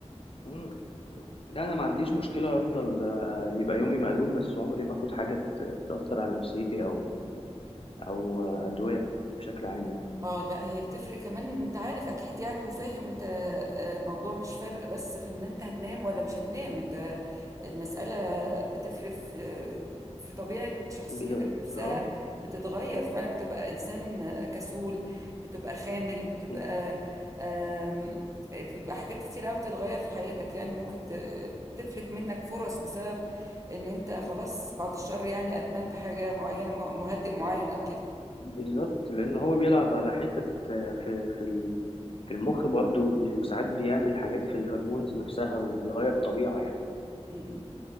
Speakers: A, on the left; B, on the right.
A: قهوه لا انا ما عنديش مشكله افضل آه، يبقى يومي مقلوب بس عمري ما اخد حاجه ت- تاثر على نفسيتي او او آه، ادويه بشكل عام يعني
B: اه لا هي بتفرق كمان انت عارف اكيد يعني وفاهم انت آه، الموضوع مش فرق بس في ان انت هتنام ولا مش هتنام انت المسألة بتفرق في في طبيعة شخصيتك
A: بز-
B: نفسها
A: اه
B: بتتغير فعلا بتبقى انسان آه، كسول بتبقى خامل بتبقى
A: م،
B: آم، بيبقى حاجات كتير قوي بتتغير في حياتك يعني ممكن ت- تفلت منك فرص بسبب ان انت خلاص بعد الشر يعني ادمنت حاجة معينة مه- مهدئ معين او
A: بالظبط لان هو بيلعب على حتت آه، في في ال- في المخ برضه وبي- وساعات بيعمل حاجات في الهرمونز نفسها وبيغير الطبيعه يعني
B: كده